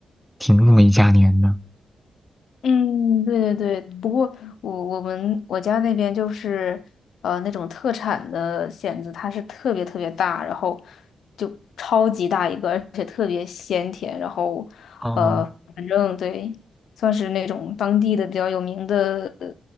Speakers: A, in the centre; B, on the left (about 75°).
A: 挺物美价廉的。
B: 嗯，对对对，不过我我们我家那边就是呃那种特产的蚬子，它是特别特别大，然后就超级大一个，而且特别鲜甜，然后呃反正对，
A: 哦，
B: 算是那种当地的比较有名的呃